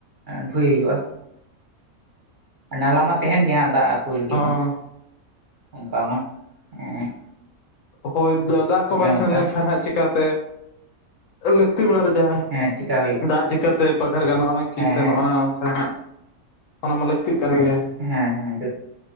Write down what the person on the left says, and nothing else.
ᱦᱚᱸ
ᱦᱳᱭ ᱫᱟᱜ ᱠᱚ
ᱵᱟᱭ ᱥᱮᱱ
ᱞᱮᱱᱠᱷᱟᱱ ᱦᱟᱸᱜ ᱪᱤᱠᱠᱟᱛᱮ ᱞᱟᱹᱠᱛᱤ ᱵᱮᱲᱟ ᱨᱮ ᱡᱟᱦᱟᱸ
ᱫᱟᱜ ᱪᱤᱠᱠᱟᱛᱮ ᱯᱟᱠᱷᱟᱨ ᱜᱟᱱᱚᱜᱼᱟ ᱠᱤ
ᱥᱮᱱᱚᱜᱼᱟ
ᱚᱱᱠᱟ ᱦᱟᱸᱜ ᱚᱱᱟ ᱢᱟ ᱞᱟᱹᱠᱛᱤᱜ ᱠᱟᱱ ᱜᱮᱭᱟ